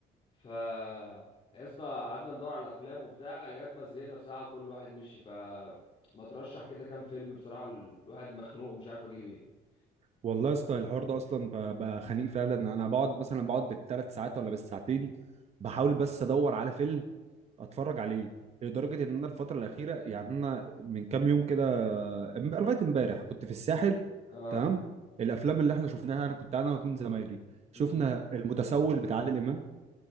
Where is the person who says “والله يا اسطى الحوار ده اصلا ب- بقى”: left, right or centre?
Right